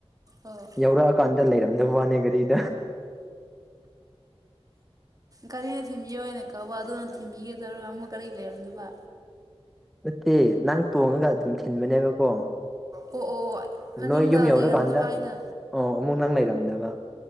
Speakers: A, on the right; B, in the centre.
A: ꯑꯣ
B: ꯌꯧꯔꯛꯑꯀꯥꯟꯗ ꯂꯩꯔꯝꯗꯕ ꯋꯥꯅꯦ ꯒꯥꯔꯤ <inaudible>
A: ꯒꯥꯔꯤꯅ ꯊꯤꯟꯕꯤꯌꯣ ꯍꯥꯏꯅ ꯀꯧꯕꯧꯕ ꯑꯗꯨꯅ ꯊꯤꯟꯕꯤꯒꯦ ꯇꯧꯔ ꯑꯃꯨꯛ ꯀꯔꯤ ꯂꯩꯔꯝꯗꯕ
B: ꯅꯠꯇꯦ ꯅꯪ ꯇꯣꯡꯉꯒ ꯑꯗꯨꯝ ꯊꯤꯟꯕꯅꯦꯕꯀꯣ
A: ꯑꯣ ꯑꯣ ꯃꯅꯤꯡꯗ
B: ꯅꯣꯏ ꯌꯨꯝ ꯌꯧꯔꯀꯥꯟꯗ
A: ꯂꯩꯔꯝꯗꯕ ꯑꯩꯅ
B: ꯑꯣ ꯑꯃꯨꯛ ꯅꯪ ꯂꯩꯔꯝꯗꯕ